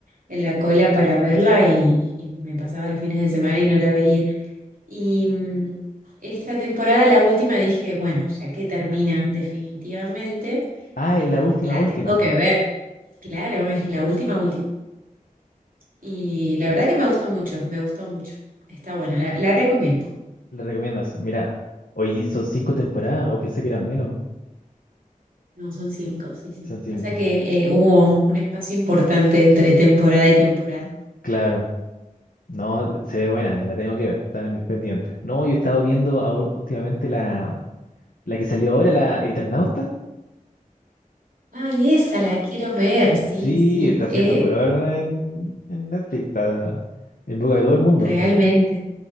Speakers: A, on the right; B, on the left.
A: en la cola para verla y, y me pasaba los fines de semana y no la veía. Y mm, esta temporada, la última, dije, bueno, ya que termina definitivamente,
B: Ah,
A: eh,
B: es la última,
A: la,
B: última.
A: la tengo que ver. Claro, es la última, última. Y la verdad que me gustó mucho, me gustó mucho. Está buena, la, la recomiendo.
B: ¿Le recomiendas? Mira, hoy son cinco temporadas, o pensé que eran menos.
A: No, son cinco, sí, sí.
B: Son cinco.
A: Pasa que eh, hubo un espacio importante entre temporada y temporada.
B: Claro. No, se ve buena, la tengo que ver, está en mis pendientes. No, yo he estado viendo ahor- últimamente la, la que salió ahora, la Eternauta.
A: Ay, esa la quiero ver, sí,
B: Sí,
A: sí,
B: está haciendo
A: eh,
B: furor en, en Netflix, está en boca de todo el mundo.
A: realmente,